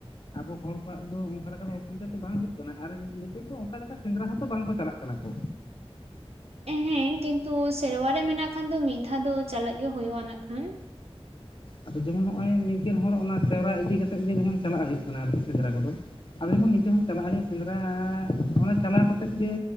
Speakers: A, on the left; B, on the right.
A: ᱟᱵᱚ ᱦᱚᱲ ᱠᱚᱣᱟᱜ ᱫᱚ ᱚᱱᱠᱟ ᱞᱮᱠᱟ ᱫᱚ ᱚᱥᱩᱵᱤᱫᱷᱟ ᱫᱚ ᱵᱟᱝ ᱦᱩᱭᱩᱜ ᱠᱟᱱᱟ ᱟᱨ ᱱᱤᱛᱚᱜ ᱫᱚ ᱚᱱᱠᱟ ᱞᱮᱠᱟ ᱥᱮᱸᱫᱽᱨᱟ ᱦᱚᱸᱛᱚ ᱵᱟᱝ ᱠᱚ ᱪᱟᱞᱟᱜ ᱠᱟᱱᱟ ᱠᱚ
B: ᱦᱮᱸ ᱠᱤᱱᱛᱩ ᱥᱮᱨᱣᱟ ᱨᱮ ᱢᱮᱱᱟᱜ ᱠᱷᱟᱱ ᱫᱚ ᱢᱤᱫ ᱫᱷᱟᱣ ᱫᱚ ᱪᱟᱞᱟᱜ ᱜᱮ ᱦᱩᱭᱩᱜᱼᱟ ᱤᱱᱟ. ᱠᱷᱟᱱ
A: ᱟᱫᱚ ᱡᱮᱢᱚᱱ ᱱᱚᱜᱼᱚᱭ ᱱᱤᱝᱠᱟᱹᱱ ᱦᱚᱲ ᱚᱱᱟ ᱥᱮᱨᱣᱟ ᱤᱫᱤ ᱠᱟᱛᱮᱜ ᱜᱮ ᱡᱮᱢᱚᱱ ᱪᱟᱞᱟᱜ ᱦᱩᱭᱩᱜ ᱠᱟᱱᱟ ᱟᱨᱠᱤ ᱥᱮᱸᱫᱽᱨᱟ ᱠᱚᱫᱚ ᱟᱞᱮ ᱦᱚᱸ ᱱᱤᱝᱠᱟᱹ ᱦᱚᱸ ᱪᱟᱞᱟᱜ ᱦᱩᱭᱩᱜ ᱥᱮᱸᱫᱽᱨᱟᱻ ᱚᱱᱟ ᱪᱟᱞᱟᱣ ᱠᱟᱛᱮᱫ ᱜᱮ